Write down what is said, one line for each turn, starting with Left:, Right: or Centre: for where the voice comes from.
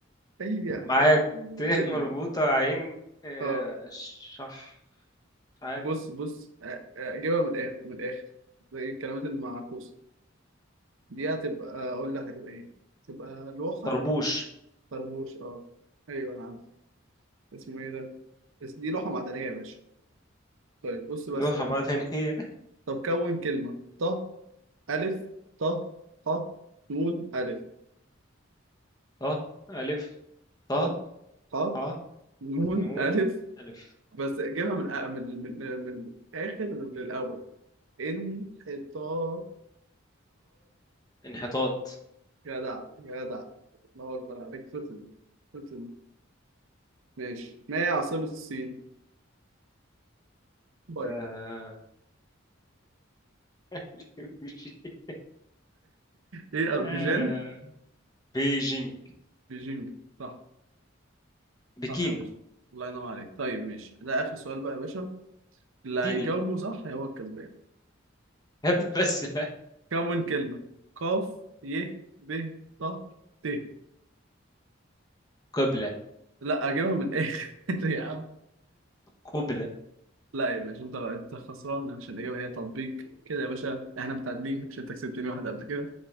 Right: أي حاجة
Left: معايا
Right: أي
Left: ت
Right: كلمة
Left: مربوطة عين آه،
Right: اه
Left: شح مش عارف
Right: بص بص آه، آه، أجيبها من الآخر من الآخر زي الكلمات المعكوسة دي هتبقى أقول لك هتبقى إيه تبقى لوحة
Left: طربوش
Right: طربوش اه أيوه أنا عارف اسمه إيه ده بس دي لوحة معدنية يا باشا طيب بص
Left: لوحة
Right: بس برضه.
Left: معدنية
Right: طب كون كلمة ط ألف ط ح نون ألف
Left: ط ألف ط
Right: ص ح
Left: ح
Right: نون
Left: نون
Right: ألف
Left: ألف
Right: بس جيبها من أ- من من من الآخر للأول انحطاطات
Left: انحطاط
Right: جدع جدع الله أكبر عليك فتن فتن ماشي ما هي عاصمة الصين؟ بايك
Left: آه...
Right: <laughs>
Left: <laughs>
Right: إيه
Left: آه،
Right: أربيجان؟
Left: بيجينج
Right: بيجينج صح
Left: بكين
Right: صح يا باشا الله ينور عليك طيب ماشي ده آخر سؤال بقى يا باشا اللي
Left: اديني
Right: هيجاوبه صح هو الكسبان
Left: هبل <laughs> بس بقى
Right: كون كلمة قاف ي ب ط ت
Left: قبلة
Right: لا أجيبها من الآخر <laughs> يا عم
Left: قبلة
Right: لا يا باشا انت انت خسران عشان الاجابه هي تطبيق كده يا باشا احنا متعادلين عشان انت كسبتني واحده قبل كده